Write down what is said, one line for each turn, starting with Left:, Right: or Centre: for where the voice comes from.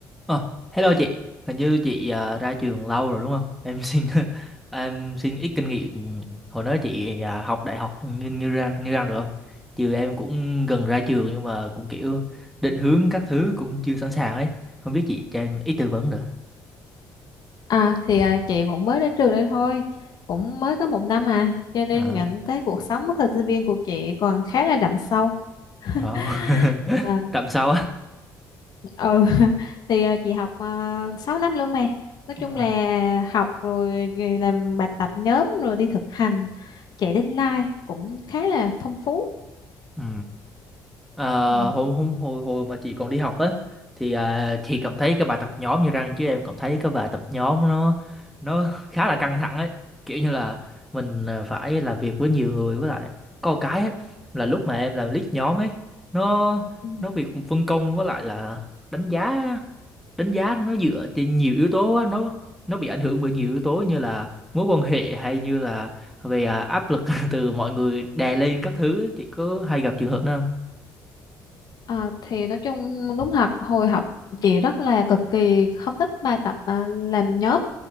Centre: Ờ, hello chị, hình như chị à, ra trường lâu rồi đúng không? Em xin <laughs> em xin ít kinh nghiệm hồi đó chị à, học đại học như như ra như ra được không? Chứ em cũng gần ra trường nhưng mà cũng kiểu định hướng các thứ cũng chưa sẵn sàng ấy, không biết chị cho em ít tư vấn được.
Left: À thì à, chị cũng mới đến trường đây thôi cũng mới có một năm à cho nên
Centre: À,
Left: những cái cuộc sống thời sinh viên của chị còn khá là đậm sâu <laughs>
Centre: đó. <laughs>
Left: à,
Centre: Tạm sau á.
Left: ừ <laughs> thì à, chị học uh, 6 năm luôn mà nói
Centre: À,
Left: chung là học rồi làm bài tập nhóm rồi đi thực hành chạy deadline cũng khá là phong phú
Centre: ừ. Ờ,
Left: ừ.
Centre: hồi, hôm hồi hồi mà chị còn đi học á thì à, chị cảm thấy cái bài tập nhóm như răng chứ em cảm thấy cái bài tập nhóm nó nó <laughs> khá là căng thẳng ấy kiểu như là mình à, phải làm việc với nhiều người với lại có một cái ấy, là lúc mà em làm lead nhóm ấy nó
Left: Ừ.
Centre: nó việc phân công với lại là đánh giá đánh giá nó dựa trên nhiều yếu tố á, nó nó bị ảnh hưởng bởi nhiều yếu tố như là mối quan hệ hay như là về à, áp lực <laughs> từ mọi người đè lên các thứ chị có hay gặp trường hợp đó không?
Left: À, thì nói chung đúng thật hồi học chị rất là cực kỳ không thích bài tập à, làm nhóm